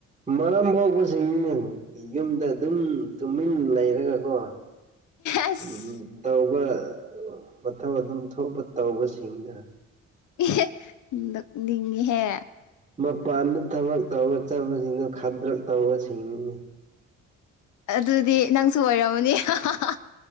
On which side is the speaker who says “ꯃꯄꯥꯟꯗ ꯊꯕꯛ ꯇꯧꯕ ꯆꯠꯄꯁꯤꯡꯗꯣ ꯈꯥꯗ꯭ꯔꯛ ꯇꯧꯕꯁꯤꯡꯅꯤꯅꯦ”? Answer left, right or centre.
Right